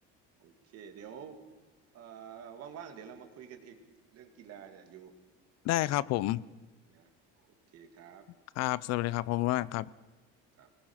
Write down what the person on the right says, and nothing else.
โอเคเดี๋ยวเอ่อว่างๆเดี๋ยวเรามาคุยกันอีกเรื่องกีฬาเนี่ยอยู่
นะโอเคครับ
ครับ